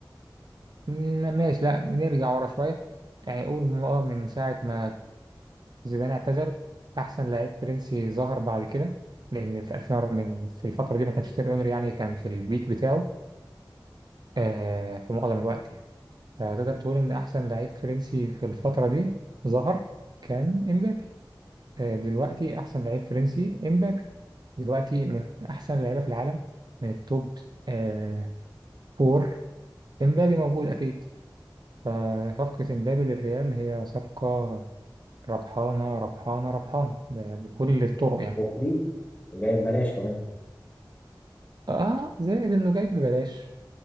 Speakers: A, on the right; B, on the left.
A: م- ماشي لا بنرجع ورا شوية يعني قول م- اه من ساعة ما زيدان اعتزل أحسن لعيب فرنسي ظهر بعد كده لأن في 2000 من في الفترة دي ما كانش تيري أونري يعني كان في البيك بتاعه آه في معظم الوقت يعني فتقدر تقول إن أحسن لعيب فرنسي في الفترة دي ظهر كان إمبابي آه دلوقتي أحسن لعيب فرنسي إمبابي دلوقتي من أحسن اللعيبة في العالم من التوب آه فور إمبابي موجود أكيد فصفقة إمبابي للريال هي صفقة ربحانة ربحانة ربحانة ب- بكل الطرق يعني
B: وفري جايب بلاش كمان
A: اه زائد انه جاي ببلاش